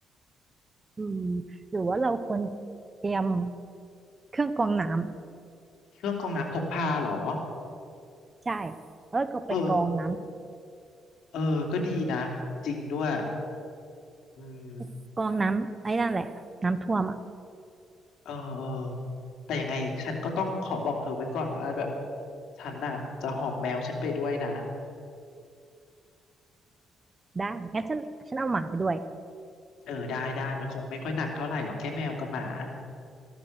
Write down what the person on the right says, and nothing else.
อืมหรือว่าเราควรเตรียมเครื่องกรองน้
ำใช่แล้วก็ไปกรองน้
ำกรองน้ำไอ้นั่นแหละน้ำท่วมอะ
ได้งั้นฉันฉันเอาหมาไปด้วย